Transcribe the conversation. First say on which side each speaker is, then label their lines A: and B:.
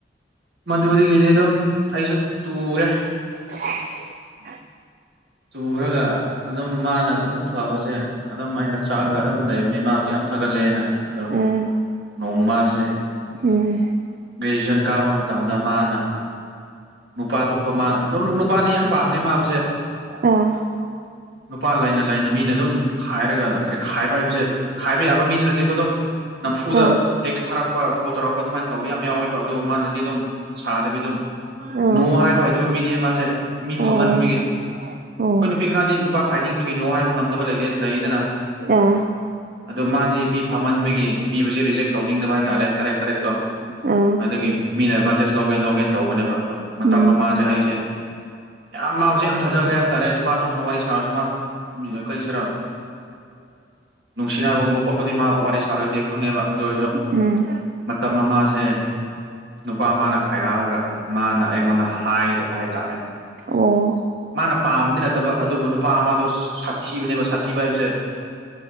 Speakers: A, on the right; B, on the right.
A: ꯃꯗꯨꯗꯒꯤꯗꯤ ꯑꯗꯨꯝ ꯑꯩꯁꯨ ꯇꯨꯔꯦ
B: <unintelligible>
A: ꯇꯨꯈ꯭ꯔꯒ ꯑꯗꯨꯝ ꯃꯥꯅ ꯑꯗꯨꯕꯨꯛ ꯐꯕꯁꯦ ꯑꯗꯨꯝ ꯑꯩꯅ ꯆꯥꯛꯑꯒ ꯂꯩꯕꯅꯤꯃ ꯊꯥꯒꯠꯂꯦꯅ ꯑꯗꯣ
B: ꯎꯝ ꯎꯝ
A: ꯅꯣꯡꯃꯁꯦ
B: ꯎꯝ
A: ꯇꯨꯏꯁꯟ ꯀꯥꯕ ꯃꯇꯝꯗ ꯃꯥꯅ ꯅꯨꯄꯥ ꯊꯣꯛꯄ ꯃꯥꯅ ꯅꯨꯄꯥꯅ ꯌꯥꯝ ꯃꯥ
B: ꯑ
A: ꯅꯨꯄꯥ ꯂꯩꯅ ꯂꯩ ꯃꯤꯝ ꯀ ꯀꯔꯤ ꯈꯥꯏꯕ ꯍꯥꯏꯕꯁꯦ ꯈꯥꯏꯕ ꯌꯥꯕ ꯃꯤꯗꯨ ꯅꯠꯇꯦꯀꯣ ꯑꯗꯨꯝ ꯅꯝꯐꯨꯗ
B: ꯑ
A: ꯇꯦꯛꯁ ꯊꯥꯔꯛꯄ ꯀꯣꯜ ꯇꯧꯔꯛꯄ ꯑꯗꯨꯃꯥꯏꯅ ꯇꯧꯋꯤ ꯌꯥꯝ ꯌꯥꯎꯋꯦ ꯑꯗꯨꯒ ꯃꯥꯅꯗꯤ ꯑꯗꯨꯝ ꯁꯥꯗꯕꯤ ꯑꯗꯨꯝ
B: ꯑ
A: ꯅꯣ ꯍꯥꯏꯕ ꯍꯩꯇꯕ ꯃꯤꯅꯤꯅ ꯃꯥꯁꯦ ꯃꯤ
B: ꯑꯣ
A: ꯐꯝꯍꯟꯕꯒꯤ
B: ꯑꯣ
A: ꯍꯣꯏ ꯅꯨꯄꯤ ꯈꯔꯗꯤ ꯅꯨꯄꯥ ꯈꯥꯏꯅꯤꯡꯕꯒꯤꯅꯣ ꯍꯥꯏꯕ ꯉꯝꯗꯕ ꯂꯩꯗꯦ ꯂꯩꯗꯅ
B: ꯑ
A: ꯑ ꯃꯥꯗꯤ ꯃꯤ ꯐꯝꯍꯟꯕꯒꯤ ꯃꯤꯕꯨꯁꯦ ꯔꯤꯖꯦꯛ ꯇꯧꯅꯤꯡꯗꯕ ꯍꯥꯏ ꯇꯔꯦ ꯗꯥꯏꯔꯦꯛ ꯗꯥꯏꯔꯦꯛꯇꯣ
B: ꯑ
A: ꯑꯗꯨꯒꯤ ꯃꯤꯅ ꯑꯦꯗꯚꯥꯟꯇꯦꯖ ꯂꯧꯒꯦ ꯂꯧꯒꯦ ꯇꯧꯕꯅꯦꯕ ꯑꯗꯣ ꯃꯇꯝꯥꯁꯦ
B: ꯎꯝ
A: ꯑꯩꯁꯦ ꯌꯥꯝ ꯃꯥꯁꯦ ꯌꯥꯝ ꯊꯥꯖꯈ꯭ꯔꯦ ꯍꯥꯏꯕ ꯍꯥꯏꯇꯥꯔꯦ ꯅꯨꯄꯥꯇꯣ ꯀꯅ ꯋꯥꯔꯤ ꯁꯥꯔꯁꯨ ꯃꯥ ꯀꯔꯤꯁꯤꯔ ꯅꯨꯡꯁꯤꯅꯕꯒꯨꯝꯕ ꯈꯣꯠꯄꯗꯤ ꯃꯥ ꯋꯥꯔꯤ ꯁꯥꯔꯣꯏꯗꯤ ꯈꯪꯉꯦꯕ ꯑꯗꯨ ꯑꯣꯏꯔꯁꯨ
B: ꯎꯝ
A: ꯃꯇꯝ ꯑꯃꯁꯦ ꯅꯨꯄꯥ ꯃꯥꯅ ꯈꯥꯏꯔꯛꯑꯒ ꯃꯥꯅ ꯑꯩꯉꯣꯟꯗ ꯍꯥꯏꯗꯕ ꯍꯥꯏꯇꯥꯔꯦ
B: ꯑꯣ
A: ꯃꯥꯅ ꯄꯥꯝꯝꯕꯗꯤ ꯅꯠꯇꯕ ꯑꯗꯨꯕꯨ ꯅꯨꯄꯥ ꯑꯃꯗꯣ ꯁꯥꯊꯤ ꯊꯤꯕꯅꯦꯕ ꯁꯥꯊꯤꯕ ꯍꯥꯏꯕꯁꯦ